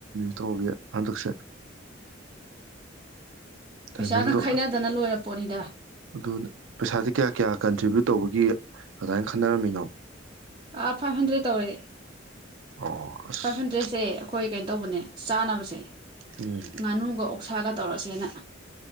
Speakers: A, on the right (about 80°); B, on the right (about 25°).
A: ꯇꯧꯕꯤ ꯑꯗꯨꯟꯗꯛꯁꯦ ꯇꯥꯏꯃꯤꯡꯗꯣ
B: ꯄꯩꯁꯥꯒ ꯈꯥꯏꯅꯗꯅ ꯂꯣꯏꯔ ꯄꯣꯠꯅꯤꯗ
A: ꯑꯗꯨ ꯄꯩꯁꯥꯗꯤ ꯀꯌꯥ ꯀꯌꯥ ꯀꯟꯇ꯭ꯔꯤꯕꯌꯨꯠ ꯇꯧꯕꯒꯤ ꯑꯗꯨꯃꯥꯏꯅ ꯈꯟꯅꯔꯝꯃꯤꯅꯣ
B: ꯑ ꯐꯥꯏꯚ ꯍꯟꯗ꯭ꯔꯦꯠ ꯇꯧꯔꯦ
A: ꯑꯣ ꯑꯁ
B: ꯐꯥꯏꯚ ꯍꯟꯗ꯭ꯔꯦꯠꯁꯦ ꯑꯩꯈꯣꯏ ꯀꯩꯅꯣ ꯇꯧꯕꯅꯦ ꯆꯥꯅꯕꯁꯦ
A: ꯎꯝ
B: ꯉꯥꯅꯨꯒ ꯑꯣ ꯀꯁꯥꯒ ꯇꯧꯔꯁꯦꯅ